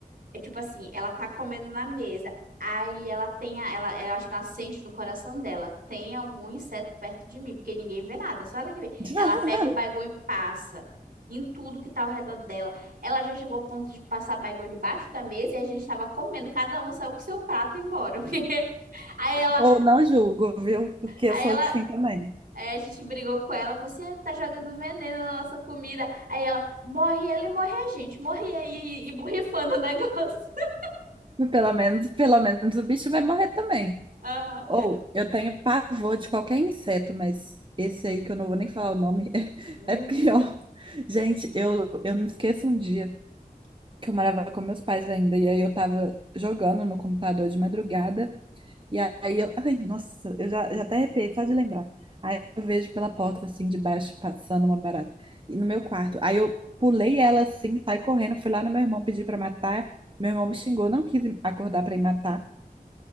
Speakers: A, on the right (about 60°); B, on the right (about 30°).
A: é tipo assim, ela tá comendo na mesa. Aí ela tem a, ela, eu acho que ela sente no coração dela, tem algum inseto perto de mim, porque ninguém vê nada, só ela que vê.
B: <laughs>
A: Ela pega o baigão e passa em tudo que tá ao redor dela. Ela já chegou ao ponto de passar baigão debaixo da mesa e a gente tava comendo, cada um saiu com seu prato e embora, <laughs> porque aí ela
B: Ou não julgo, viu? Porque
A: Aí
B: eu sou
A: ela,
B: assim também.
A: Aí a gente brigou com ela, você tá jogando veneno na nossa comida. Aí ela morre, ela e morre a gente, morre aí e e borrifando o negócio. <laughs>
B: Pelo menos, pelo menos o bicho vai morrer também.
A: Ah,
B: Ou eu tenho pavor de qualquer inseto, mas esse aí que eu não vou nem falar o nome <laughs>
A: Hum.
B: é pior. Gente, eu, eu não esqueço um dia que eu morava com meus pais ainda, e aí eu tava jogando no computador de madrugada. E aí eu, ai, nossa, eu já, já até arrepiei só de lembrar. Aí eu vejo pela porta assim de baixo passando uma barata. E no meu quarto. Aí eu pulei ela assim, saí correndo, fui lá no meu irmão pedir pra matar. Meu irmão me xingou, não quis acordar pra ir matar.